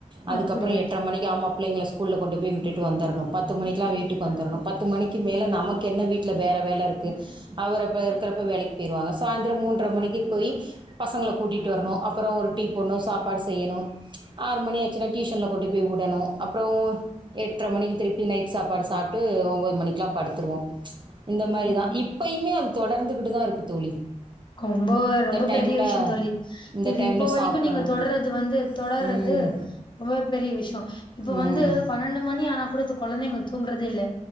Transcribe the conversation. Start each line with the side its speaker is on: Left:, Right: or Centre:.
Right: அதுக்கப்பறம்
Left: அப்டியா
Right: எட்டரை மணிக்கு ஆமா பிள்ளைங்கள ஸ்கூல்ல கொண்டு போய் விட்டுட்டு வந்துரணும் பத்து மணிக்கெலா வீட்டுக்கு வந்துரணும் பத்து மணிக்கு மேல நமக்கு என்ன வீட்ல வேற வேல இருக்கு அவர் அப்போ இருக்கிறப்ப வேலைக் போயிருவாங்க சாய்ந்திரம் மூன்றரை மணிக்கு போய் பசங்களை கூட்டிகிட்டு வரணும் அப்புறம் ஒரு டீ போட்ணும் சாப்பாடு செய்யணும் ஆறு மணி ஆச்சினா டியூஷன்ல கொண்டு போய் விட் டணும் அப்புறம் எட்டரை மணிக்கு திருப்பி நைட் சாப்பாடு சாப்ட்டு ஒன்பது மணிக்கெல்லாம் படுத்துருவோம் இந்த மாதிரிதான்
Left: ம்
Right: இப்பயுமே அ தொடர்ந்துகிட்டு தான் இருக்கு தோழி
Left: ரொம்ப ரொம்ப
Right: டைமில்
Left: பெரிய விஷயம் தோழி
Right: இந்த
Left: இது
Right: டைமில்
Left: இப்போ வரைக்கும்
Right: சாப்பிடணுன்ட்டு
Left: நீங்க தொடர்றது வந்து தொடர்றது
Right: ம்
Left: ரொம்ப பெரிய விஷயம் இப்ப
Right: ம்
Left: வந்து பன்னெண்டு மணி ஆனா கொடுத்து குழந்தங்க தூங்குறது இல்லை